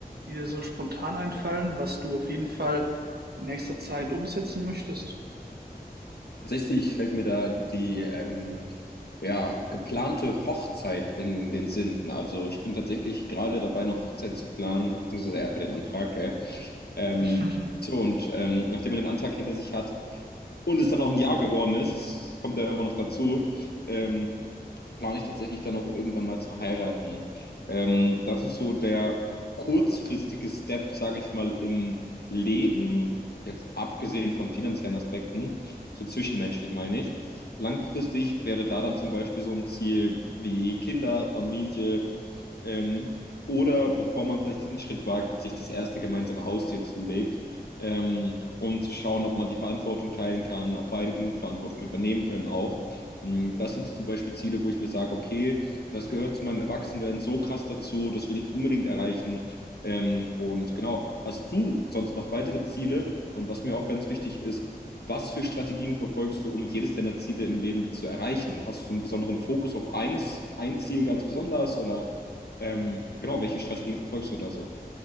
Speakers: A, on the right (about 80°); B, on the left (about 80°).
A: die dir so spontan einfallen, was du auf jeden Fall in nächster Zeit umsetzen möchtest?
B: Tatsächlich fällt mir da die ähm, ja, geplante Hochzeit in den Sinn. Also ich bin tatsächlich gerade dabei, eine Hochzeit zu planen, beziehungsweise erstmal den Antrag, gell? Ähm,
A: <laughs>
B: so, und ähm, nachdem man den Antrag hinter sich hat und es dann auch ein Jahr geworden ist, es kommt dann immer noch dazu, ähm, plane ich tatsächlich dann auch irgendwann mal zu heiraten. Ähm, das ist so der kurzfristige Step, sage ich mal, im Leben, jetzt abgesehen von finanziellen Aspekten, so zwischenmenschlich meine ich. Langfristig wäre da dann zum Beispiel so ein Ziel wie Kinder, Familie, ähm, oder bevor man vielleicht diesen Schritt wagt, sich das erste gemeinsame Haustier zulegt, ähm, um zu schauen, ob man die Verantwortung teilen kann, ob beide genug Verantwortung übernehmen können auch. Ähm, Das sind zum Beispiel Ziele, wo ich mir sage, okay, das gehört zu meinem Erwachsenwerden so krass dazu, das will ich unbedingt erreichen. Ähm, und genau, hast du sonst noch weitere Ziele? Und was mir auch ganz wichtig ist, was für Strategien verfolgst du, um jedes deiner Ziele im Leben zu erreichen? Hast du einen besonderen Fokus auf eines, ein Ziel ganz besonders oder ähm, genau, welche Strategien verfolgst du da so?